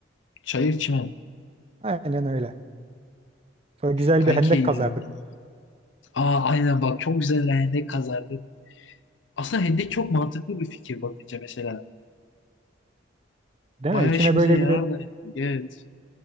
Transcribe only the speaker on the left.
Çayır çimen.
Kanki
yani.
Aa aynen bak çok güzel hendek kazardık. Aslında hendek çok mantıklı bir fikir bakınca mesela.
Bayağı
işimize
yarar
da hendek. Evet.